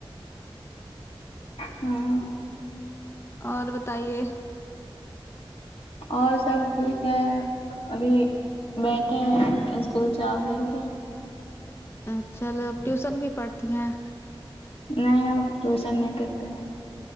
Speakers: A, on the left; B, on the left.
A: ہاں
B: اور بتائیے
A: اور سب ٹھیک ہے ابھی بیٹھے ہیں اسکول سے آ کر کے
B: ا چالو اب ٹیوسن بھی پڑھتی ہیں
A: نہیں ہم ٹیوشن نہیں کرتے ہیں